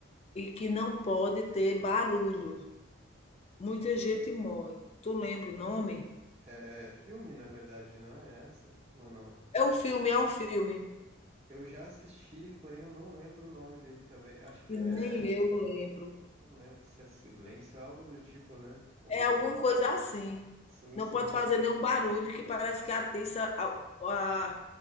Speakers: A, on the left; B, on the right.
A: e que não pode ter barulho. Muita gente morre. Tu lembra o nome?
B: É filme, na verdade, não é essa? Ou não?
A: É um filme, é um filme.
B: Eu já assisti, porém eu não lembro o nome dele também. Acho que
A: E
B: é.
A: nem eu lembro.
B: Não lembro se é Silêncio, é algo do tipo, né? Ou.
A: É alguma coisa assim.
B: Sim,
A: Não
B: sim.
A: pode
B: Que...
A: fazer nenhum barulho, que parece que atiça a- a-